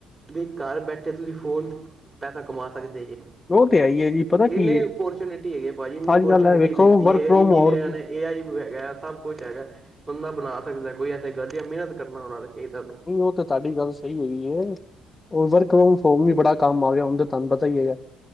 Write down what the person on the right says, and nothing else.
ਵੀ ਘਰ ਬੈਠੇ ਤੁਸੀਂ ਫੋਨ ਪੈਸਾ ਕਮਾ ਸਕਦੇ ਜੇ,
ਇੰਨੇ
ਓਪਰਚੁਨਿਟੀ ਹੈਗੇ ਭਾਜੀ, ਇੰਨੀ ਓਪਰਚੁਨਿਟੀ
ਇਹ,
ਇੰਜੀਨੀਅਰਾਂ
ਨੇ ਇਹ ਆਈ ਹੈਗਾ, ਸਭ ਕੁਛ ਹੈਗਾ, ਬੰਦਾ ਬਣਾ ਸਕਦਾ, ਕੋਈ ਐਸੇ ਗੱਲ ਨਹੀ ਹੈ, ਮਿਹਨਤ ਕਰਨ ਵਾਲਾ ਚਾਹੀਦਾ ਉਹਨੂੰ